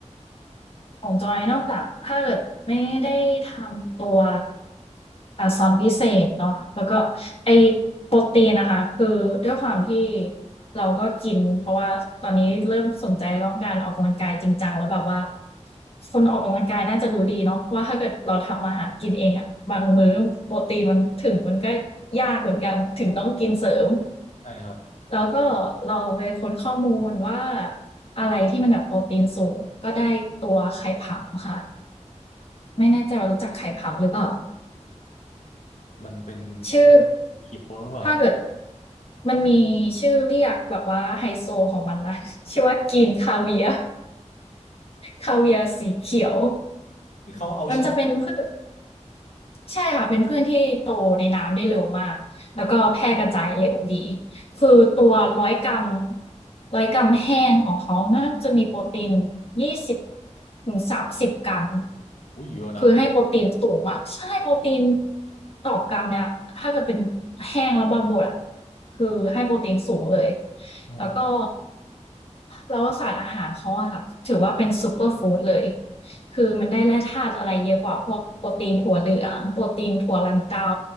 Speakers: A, on the left; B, on the left.
A: ของจอยนอกจาก ถ้าเกิดไม่ได้ทำตัวอ่าซอนพิเศษเนาะแล้วก็ไอโปรตีนนะคะคือด้วยความที่เราก็กิน เพราะว่าตอนนี้เริ่มสนใจเรื่องการออกกำลังกายจริงจังแล้วแบบว่าคนออกกำลังกายน่าจะรู้ดีเนาะว่าถ้าเกิดเราทำอาหารกินเองอะบางมื้อโปรตีนมันถึงมันก็ยากเหมือนกันถึงต้องกินเสริม
B: ใช่ครับ
A: แล้วก็เราไปค้นข้อมูลว่าอะไรที่มันแบบโปรตีนสูงก็ได้ตัวไข่ผำค่ะไม่แน่ใจว่ารู้จักไข่ผำหรือเปล่า
B: มันเป็นอ
A: ชื่อ
B: เขียวหรือเปล่าครับ
A: ถ้าเกิดมันมีชื่อเรียกแบบว่าไฮโซของมันนะ <laughs> ชื่อว่ากินคาเวียร์คาเวียร์สีเขียว
B: ที่เขาเอาแช่
A: มันจะเป็นพืช ใช่ค่ะเป็นพืชที่โตในน้ำได้เร็วมากแล้วก็แพร่กระจายเร็วดีคือตัวร้อยกรัมร้อยกรัมแห้งของเขาน่าจะมีโปรตีนยี่สิบถึงสามสิบกรัม
B: อุ้ยเยอะนะ
A: คือให้โปรตีนสูงอะใช่โปรตีนต่อกรัมเนี่ยถ้าเกิดเป็นแห้งแล้วบางบดอะคือให้โปรตีนสูงเลย
B: โอ้
A: แล้วก็แล้วสารอาหารเขาอะค่ะถือว่าเป็นซูเปอร์ฟู้ดเลย คือมันได้แร่ธาตุอะไรเยอะกว่าพวกโปรตีนถั่วเหลืองโปรตีนถั่วลันเตา